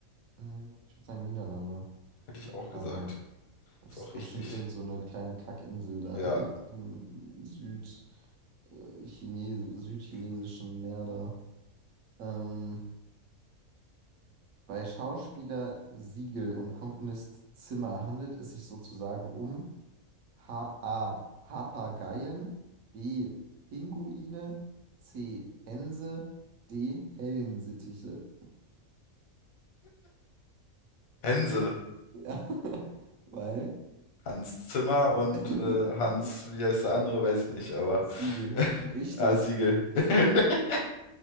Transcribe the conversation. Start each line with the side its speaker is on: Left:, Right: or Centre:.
Right: Hm, Ich würde sagen Niederlande.
Left: Hätte ich auch
Right: Aber
Left: gesagt.
Right: das
Left: Ist auch
Right: ist bestimmt
Left: richtig.
Right: irgend so eine kleine Kackinsel da
Left: Ja.
Right: <laughs> im Süd, äh, Chines südchinesischen Meer da. Ähm, bei Schauspieler Siegel und Komponist Zimmer handelt es sich sozusagen um. H A. Papageien. B. Pinguine. C. Hänse. D. Hellensittiche.
Left: Hänse.
Right: Ja, <laughs> weil
Left: Hans Zimmer und
Right: <laughs>
Left: äh, Hans, wie heißt der andere, weiß ich nicht, aber
Right: Siegel.
Left: <laughs>
Right: Richtig.
Left: ja, Siegel. <laughs>